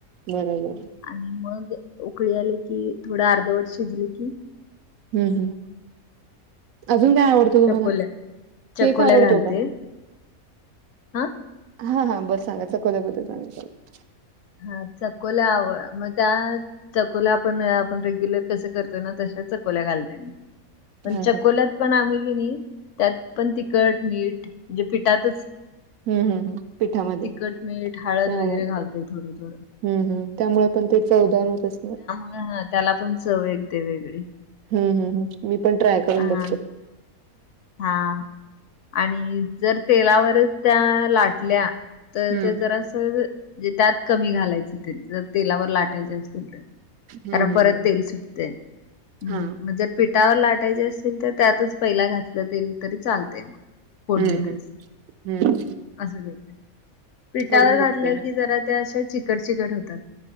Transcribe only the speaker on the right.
बरोबर.
हम्म हम्म अजून काय आवडतो तुम्हाला?
केक आवडतो
का?
हा हा बस <unintelligible>
हा हा
हम्म हम्म हम्म पिठामध्ये
त्यामुळे
हम्म हम्म त्यामुळे पण ते चवदार होत असणार
हम्म हम्म हम्म मी पण ट्राय करून
बघते.
हम्म
हम्म
हम्म
हा
हम्म हम्म हम्म
करून बघते